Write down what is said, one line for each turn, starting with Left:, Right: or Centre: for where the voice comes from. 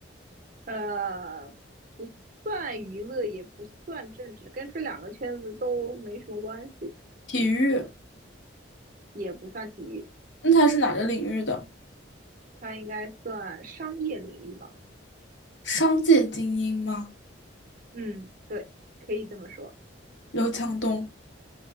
Right: 呃，不算娱乐，也不算政治，跟这两个圈子都没什么关系，
Left: 体育？
Right: 也不算体育，
Left: 那他是哪个领域的？
Right: 他应该算商业领域吧。
Left: 商界精英吗？
Right: 嗯，对，可以这么说，
Left: 刘强东，